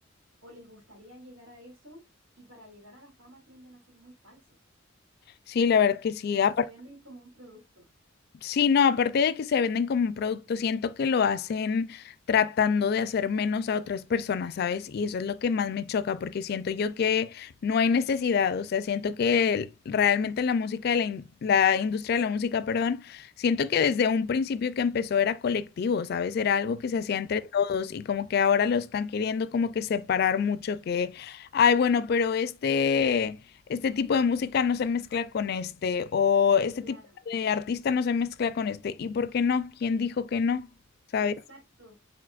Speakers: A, on the right; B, on the left.
A: o les gustaría llegar a eso y para llegar a la fama tienden a ser muy falsos,
B: Sí, la verdad que sí.
A: porque
B: Aparte,
A: se venden como un producto.
B: Sí, no, aparte de que se venden como un producto, siento que lo hacen tratando de hacer menos a otras personas, ¿sabes? Y eso es lo que más me choca, porque siento yo que no hay necesidad, o sea, siento que el- realmente la música de la, in- la industria de la música, perdón, siento que desde un principio que empezó era colectivo, ¿sabes? Era algo que se hacía entre
A: Sí,
B: todos y como que ahora lo están queriendo como que separar mucho, que, ay, bueno, pero este... Este tipo de música no se mezcla con este, o este
A: claro,
B: tipo de artista no se mezcla con este. ¿Y por qué no? ¿Quién dijo que no? ¿Sabes?
A: exacto.